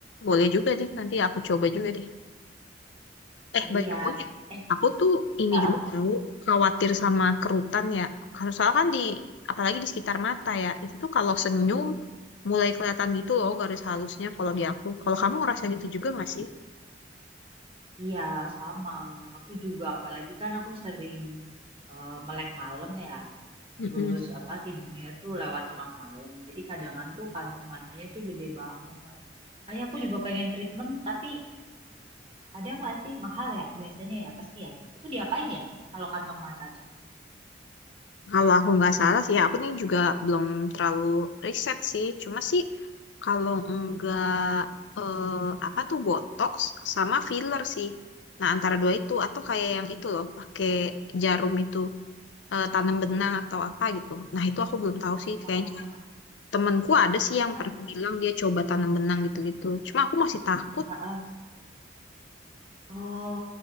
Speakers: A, on the left; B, on the right.
A: Boleh juga deh nanti aku coba juga deh. Eh,
B: Iya.
A: by the way,
B: Eh,
A: aku tuh ini
B: heeh.
A: juga tahu khawatir sama kerutan ya. Kalau soalnya kan di, apalagi di sekitar mata ya, itu tuh kalau senyum mulai kelihatan gitu loh garis halusnya kalau di aku. Kalau kamu ngerasa gitu juga nggak sih?
B: Iya, sama. Aku juga, apalagi kan aku sering eh, melek malam ya.
A: Mm-mm.
B: Terus apa tidurnya tuh lewat tengah malam. Jadi kadang tuh kantong matanya tuh gede banget. Makanya aku juga pengen treatment, tapi ada nggak sih mahal ya? Biasanya ya, pasti ya. Itu diapain ya kalau kantong mata tuh?
A: Kalau aku nggak salah sih, ya aku nih juga belum terlalu riset sih. Cuma sih kalau nggak eh, apa tuh botox sama filler sih. Nah antara dua itu atau kayak yang itu loh pakai jarum itu. eh, tanam benang atau apa gitu. Nah, itu aku belum tahu sih.
B: Oh,
A: Kayaknya temenku ada sih yang
B: ntar.
A: pernah bilang dia coba tanam benang gitu-gitu. Cuma aku masih takut.
B: Heeh. Oh,